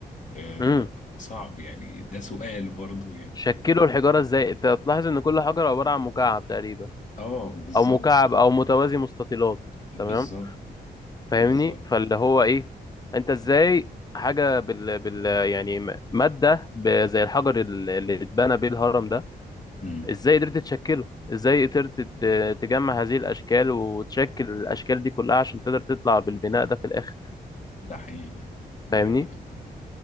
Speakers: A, on the left; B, on the left.
A: آه،
B: امم
A: صعب يعني ده سؤال برضو يعني
B: شكلوا الحجارة ازاي انت هتلاحظ ان كل حجر عبارة عن مكعب تقريبا
A: اه بالظبط
B: او مكعب او متوازي مستطيلات
A: بالظبط
B: تمام فاهمني
A: بالظبط
B: فاللي هو ايه انت ازاي حاجة بال, بال يعني م- مادة ب- زي الحجر ال- اللي اتبنى بيه الهرم ده
A: أمم،
B: ازاي قدرت تشكله ازاي قدرت ت- تجمع هذه الاشكال وتشكل الاشكال دي كلها عشان تقدر تطلع بالبناء ده في الاخر
A: ده حقيقي ده
B: فاهمني
A: حقيقي فعلا